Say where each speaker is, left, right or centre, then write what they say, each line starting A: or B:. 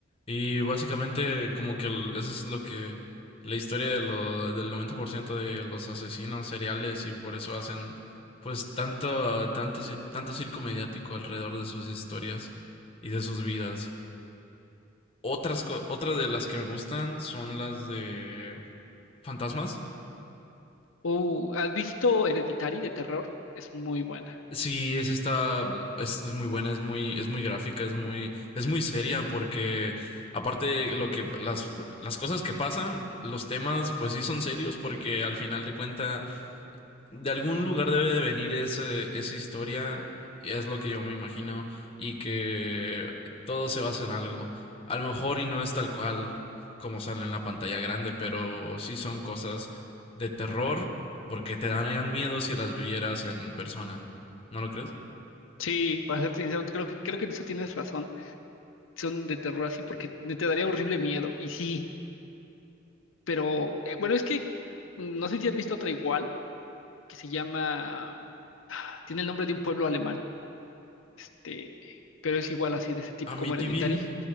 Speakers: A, on the left; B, on the left.
A: Y básicamente, como que el- eso es lo que. La historia de lo- del 90% de los asesinos seriales y por eso hacen. Pues tanto, tanto, cir- tanto circo mediático alrededor de sus historias y de sus vidas. Otras, co- otras de las que me gustan son las de fantasmas.
B: Uh, ¿has visto Hereditary de terror? Es muy buena.
A: Sí, es esta, mm, es, es muy buena, es muy, es muy gráfica, es muy, es muy seria porque aparte de lo que las, las cosas que pasan, los temas pues sí son serios porque al final de cuenta de algún lugar debe de venir ese, esa historia, es lo que yo me imagino, y que todo se basa en algo. A lo mejor y no es tal cual como sale en la pantalla grande, pero sí son cosas de terror porque te darían miedo si las vieras en persona. ¿No lo crees?
B: Sí, para serte sincero, creo que, creo que en eso tienes razón. Son de terror así porque me- te daría horrible miedo. Y sí, pero eh, bueno, es que mm, no sé si has visto otra igual que se llama. ah, Tiene el nombre de un pueblo alemán. Este, pero es igual así, de ese tipo
A: Amityville,
B: como Hereditary.